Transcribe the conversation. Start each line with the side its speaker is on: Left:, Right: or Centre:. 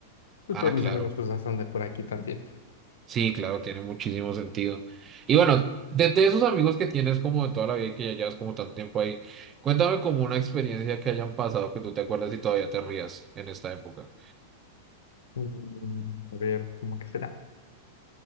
Left: Pues
Right: Ah,
Left: todos
Right: claro.
Left: mis amigos pues son de por aquí también.
Right: Sí, claro, tiene muchísimo sentido. Y bueno, de desde esos amigos que tienes como de toda la vida y que ya llevas como tanto tiempo ahí, cuéntame como una experiencia que hayan pasado que tú te acuerdas y todavía te rías en esta época.
Left: Mm, A ver, ¿cómo que será?